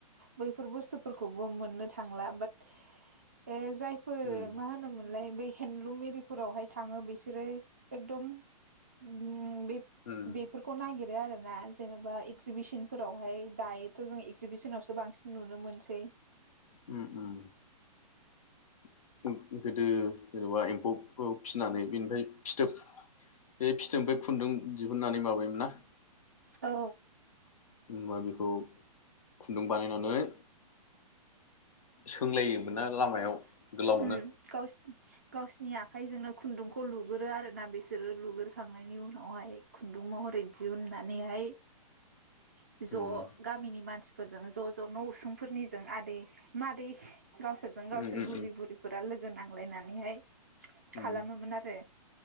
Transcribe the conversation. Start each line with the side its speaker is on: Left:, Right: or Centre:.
Right: बैफोर बुस्थुफोरखौ ब मोननो थांला बात ओ‌ जायफोर
Left: उम
Right: मा होनोमोनलाय बै हेन्दलुम एरिफोरावहाय थाङो बिसोरो एकदम उम बे-बेफोरखौ
Left: उम
Right: नागिर बाय आरो ना। जेनेबा एगजिबिसनफोर हाय दायोथ जों एगजिबिसनावसो बांसिन नुनो मोनसै।
Left: उम उम। <unintelligible> गोदो जेनेबा एम्फौ औ फिसिनानै बेनिफ्राय फिथोब बे फि जों बे खुन्दुं दिहुननानै माबायोमोन ना।
Right: औ
Left: बा बेखौ खुन्दुं बानायनानै सोंलायोमोन ना लामायाव।
Right: <unintelligible>
Left: गोलावनो
Right: नि आखाइजोंनो खुन्दुंखौ लुगोरो आरो ना बे बिसोरो लुगोरखांनायनि उनावहाय खुन्दुं महरै दिहुननानैहाय <unintelligible> ज
Left: उम
Right: गामिनि मानसि फोरजों ज' ज' न' उसुंफोरनिजों आदै मादै गावसोरजों गावसोर
Left: उम
Right: फोर
Left: उम
Right: बुरि बुरिफोरा लोगो गो नांलायनानैहाय
Left: उम
Right: खालामोमोन
Left: उम
Right: आरो